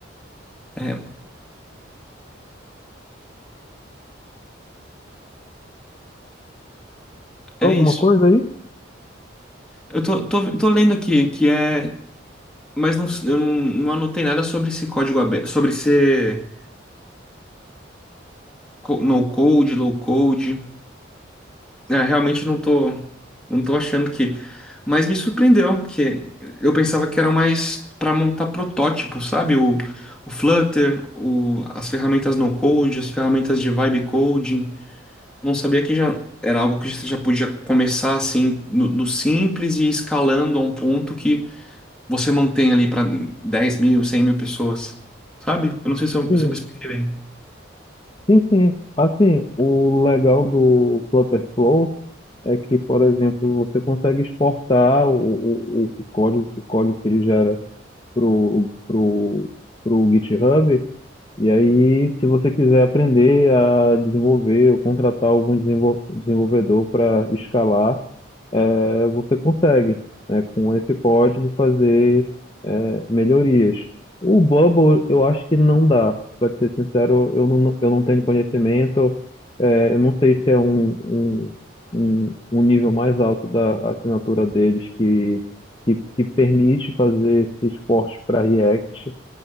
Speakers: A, in the centre; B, on the left.
A: É, é
B: Alguma
A: isso.
B: coisa aí?
A: Eu tô, tô, tô lendo aqui que é mas não, eu não, não anotei nada sobre esse código aberto, sobre ser co- no code, low code. É, realmente não tô, não tô achando que. Mas me surpreendeu, porque eu pensava que era mais para montar protótipo, sabe? O, o Flutter, o, as ferramentas no code, as ferramentas de vibe coding. Não sabia que já era algo que você já podia começar assim no, no simples e ir escalando a um ponto que você mantém ali para 10 mil, 100 mil pessoas, sabe? Eu não sei se eu,
B: Sim,
A: se eu me expliquei bem.
B: sim, sim. Assim, o legal do Flutter Flow é que, por exemplo, você consegue exportar o, o, o código, o código que ele gera pro, pro, pro GitHub. E aí, se você quiser aprender a desenvolver ou contratar algum desenvol- desenvolvedor para escalar, é, você consegue, né, com esse código, fazer é, melhorias. O Bubble, eu acho que não dá. Para ser sincero, eu não, eu não tenho conhecimento. É, eu não sei se é um, um, um, um nível mais alto da assinatura deles que, que, que permite fazer esses cortes para React,